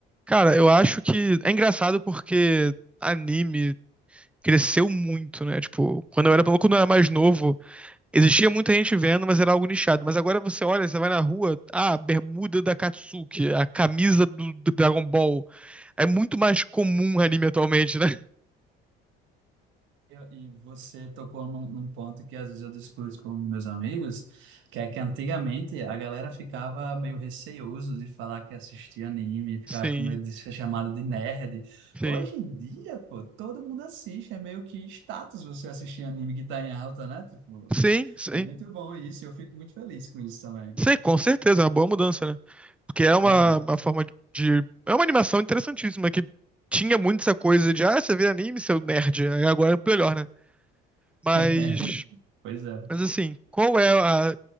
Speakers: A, in the centre; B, on the right.
A: Cara, eu acho que é engraçado porque anime cresceu muito, né? Tipo, quando eu era, quando eu era mais novo, existia muita gente vendo, mas era algo nichado. Mas agora você olha, você vai na rua, ah, a bermuda da Katsuki, a camisa do, do Dragon Ball. É muito mais comum anime atualmente, né?
B: E e você tocou num, num ponto que às vezes eu discuto com meus amigos, que é que antigamente a galera ficava meio receoso de falar que assistia anime, ficava
A: Sim,
B: com medo de ser chamado de nerd.
A: sim.
B: Hoje em dia, pô, todo mundo assiste, é meio que status você assistir anime que tá em alta, né? Tipo,
A: Sim, sim.
B: é muito bom isso, eu fico muito feliz com isso também.
A: Sim, com certeza, é uma boa mudança, né? Porque é uma,
B: É.
A: uma forma de. É uma animação interessantíssima que tinha muito essa coisa de, ah, você vê anime, seu nerd. Aí Agora é melhor, né? Mas,
B: <laughs> Pois é.
A: mas assim, qual é a.